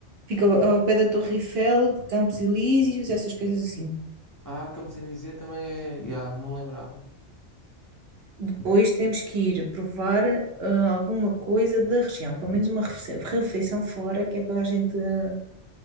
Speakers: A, on the right; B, on the left.
A: Fica ao ao pé da Torre Eiffel, Campos Elíseos, essas coisas assim.
B: Ah, como se dizer, também é... Yeah, não me lembrava.
A: Depois temos que ir provar ah, alguma coisa da região, pelo menos uma refe- refeição fora, que é para a gente. ah,